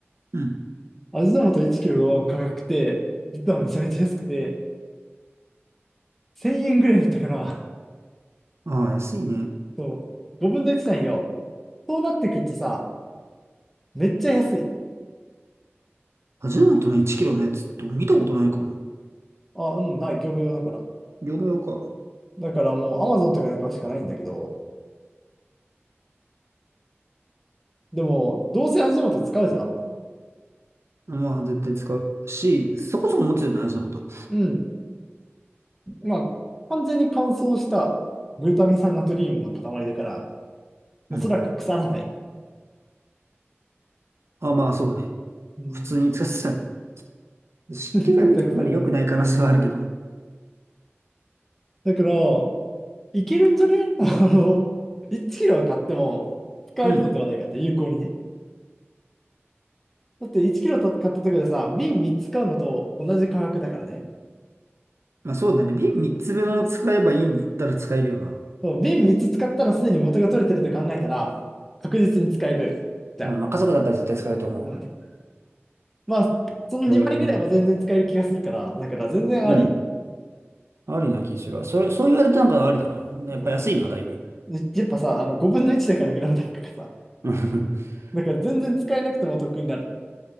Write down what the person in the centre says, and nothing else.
味の素1キロの価格って、実はめちゃめちゃ安くて、1000円ぐらいだったから、
そう、5分の1なんよ。そうなってくるとさ、めっちゃ安い。
あ、うん、ない、業務用だから。
だからもう Amazon とかで買うしかないんだけど、でも、どうせ味の素使うじゃん
うん。まあ、完全に乾燥したグルタミン酸ナトリウムの塊だから、おそらく腐らない。
うん。
<laughs> 作ったら腐らない。
だから、いけるんじゃね <laughs> あの、1キロは買っても使えるのではないかって、
有効にね。だって1キロ買ったところでさ、瓶3つ買うのと同じ価格だからね。
そう、瓶3つ使ったらすでに元が取れてると考えたら、確実に使えるじゃん。
うんまあ、その2倍ぐらいも全然使える気がするから、
だから全然あり。
そ
う。ねやっぱさ、あの5分の1だからグラム単価がさ。
だから全然使えなくても得になる。